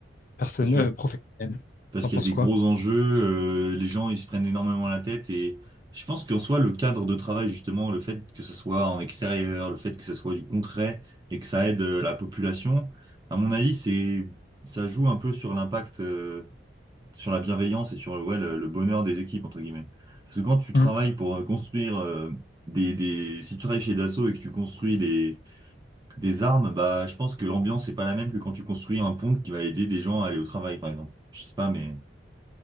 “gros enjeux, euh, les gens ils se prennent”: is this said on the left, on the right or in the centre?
Right